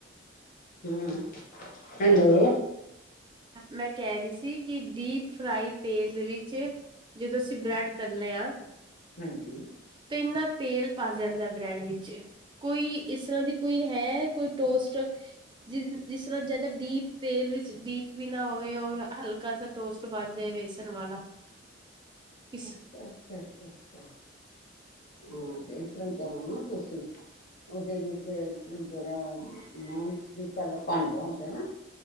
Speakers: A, on the left; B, on the right.
A: ਹਾਂ, ਹੈਲੋ।
B: ਮੈਂ ਕਹਿ ਰਹੀ ਸੀ ਕਿ ਡੀਪ ਫਰਾਈ ਤੇਲ ਦੇ ਵਿੱਚ ਜਦੋਂ ਅਸੀਂ ਬ੍ਰੈਡ ਤਲਣੇ ਆ।
A: ਹਾਂਜੀ।
B: ਤੇ ਇੰਨਾ ਤੇਲ ਭਰ ਜਾਂਦਾ ਬ੍ਰੈਡ ਵਿੱਚ ਕੋਈ ਇਸ ਤਰ੍ਹਾਂ ਦੀ ਕੋਈ ਹੈ ਕੋਈ ਟੋਸਟ ਜ ਜਿਸ ਤਰ੍ਹਾਂ ਜਿਆਦਾ ਡੀਪ ਤੇਲ ਵਿੱਚ ਡੀਪ ਵੀ ਨਾ ਹੋਵੇ ਔਰ ਹਲਕਾ ਸਾ ਟੋਸਟ ਬਣ ਜਾਏ ਬੇਸਣ ਵਾਲਾ। ਕਿਸ
A: ਅੱਛਾ ਅੱਛਾ। ਹਾਂ, ਤੇ ਇਸ ਤਰ ਕਰੋ ਨਾ ਤੁਸੀਂ ਉਹਦੇ ਵਿੱਚ ਜਿਹੜਾ <unintelligible> ਭਾਂਡਾ ਹੁੰਦਾ ਨਾ।